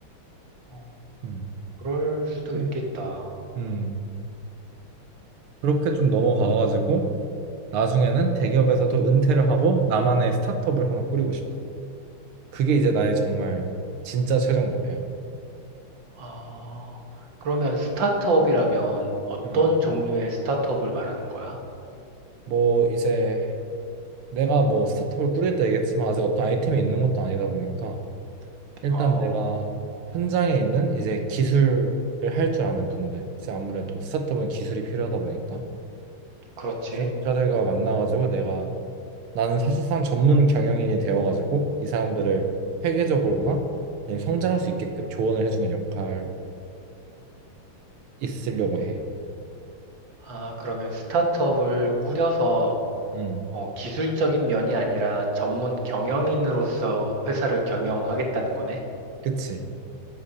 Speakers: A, on the right; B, on the right.
A: 어,
B: 음.
A: 그럴 수도
B: 그래.
A: 있겠다.
B: 음, 그렇게 좀 넘어가가지고 나중에는 대기업에서도 은퇴를 하고 나만의 스타트업을 하나 꾸리고 싶어. 그게 이제 나의 정말
A: 어,
B: 진짜 최종 목표야.
A: 아, 그러면 스타트업이라면 어떤
B: 음.
A: 종류의 스타트업을 말하는 거야?
B: 뭐 이제 내가 뭐 스타트업을 꾸리겠다 얘기했지만 아직 어떤 아이템이 있는 것도 아니다 보니까 일단
A: 어,
B: 내가 현장에 있는 이제 기술을 할 줄 아는 분들, 이제 아무래도 스타트업은 기술이 필요하다 보니까
A: 그렇지.
B: 기술자들과 만나가지고 내가 나는 사실상 전문 경영인이 되어가지고 이 사람들을 회계적으로나 아니면 성장할 수 있게끔 조언을 해주는 역할로 있으려고 해.
A: 아, 그러면 스타트업을 꾸려서
B: 음,
A: 어, 기술적인 면이 아니라 전문 경영인으로서 회사를 경영하겠다는 거네?
B: 그치.